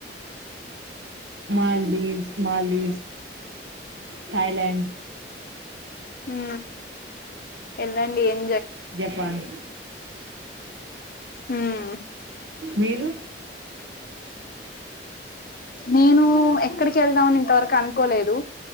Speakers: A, on the right; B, on the left.
A: మాల్దీవ్స్ మాల్దీవ్స్ థాయ్ ల్యాండ్
B: హు ఎల్లండి ఏం
A: జపాన్
B: హుఅ
A: మీరు
B: నేను ఎక్కడికి వెళ్దామని ఇంతవరకు అనుకోలేదు